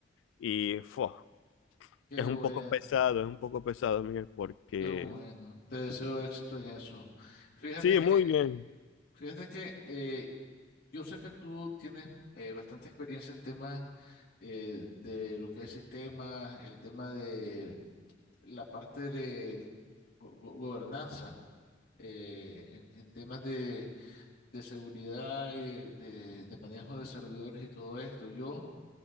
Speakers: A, on the left; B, on the left.
A: y ¡fua!
B: Qué
A: es un
B: bueno,
A: poco pesado, es un poco pesado, Miguel, porque
B: qué bueno. Te deseo éxito en eso. Fíjate
A: sí,
B: que,
A: muy bien,
B: fíjate que eh, yo sé que tú tienes eh, bastante experiencia en temas eh, de lo que es sistemas, el tema de la parte de go- go- gobernanza, eh, en, en temas de, de seguridad y de, de- de manejo de servidores y todo esto. Yo